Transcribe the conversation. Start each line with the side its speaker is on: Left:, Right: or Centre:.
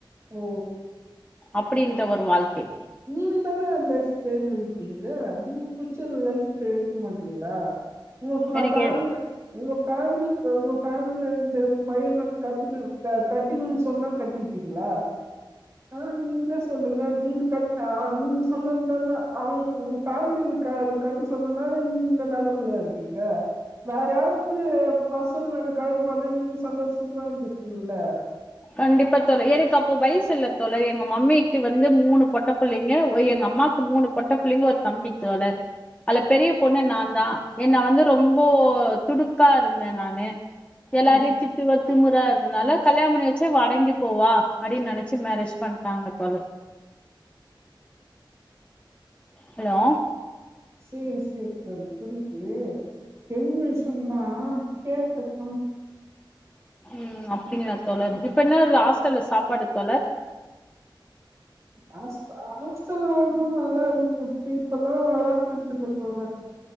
Right: ஓ
Left: அப்டின்ற ஒரு வாழ்க்கை
Right: நீங்க தானே லைஃப் தேர்ந்து எடுப்பீங்க நீங்க புடிச்ச லைஃப் எடுக்க மாட்டீங்களா உங்க ஃபே
Left: எனக்கு
Right: ஃபேமிலி உங்க ஃபேமிலி ஒங்க ஃபேமிலி இந்த பையன கத்துட்டு க கட்டிக்கணுனு சொன்னா கட்டிவிப்பீங்ளா ஆ நீங்களெ சொல்லுங்க நீங் கட்னா நீங்க சொன்னதாங்க அவங்க உங்க ஃபேம்லி இதுக்காக கருத்து சொன்னனால நீங்க இந்த நல்ல உள்ள இருக்கீங்க வேற யாராச்சு பசங்கள கல்யாணோ பண்ணா நீங் சந்தோஷமா இருந்திருப்பீங்கல்ல
Left: கண்டிப்பா தோழ எனக்கு அப்போ வயசு இல்ல தோழர் எங்க மம்மிக்கு வந்து மூணு பொட்ட புள்ளைங்க ஒ எங்க ம்மாக்கு மூணு பொட்ட புள்ளைங்க ஒரு தம்பி தோழர் அதுல பெரிய பொண்ணு நாந்தா என்ன வந்து ரொம்போ துடுக்கா இருந்தே நானு எல்லாரையு
Right: ம்
Left: திட்டுவே திமுரா இருந்தனால கல்யாணொ பண்ணி வச் சு இவ அடங்கி போவா அப்டினு நெனைச்சு மேரேஜ் பண்ட்டாங்க தோழர் ஹலோ
Right: சேரி சேரி தோழி புரியுது தெரிஞ்ச விஷ்யோந்தா கேட்ட <unintelligible>
Left: ம் அப்டிங்களா தோழர் இப்ப என்ன ரு ஹாஸ்டல்ல சாப்பாடு தோழர்
Right: ஹாஸ்ப் ஹாஸ்டல்லலா நல்லா இருந்துதுங்க இப்ப இப்பல்லா நல்லா இருக்குறதில்ல தோழர்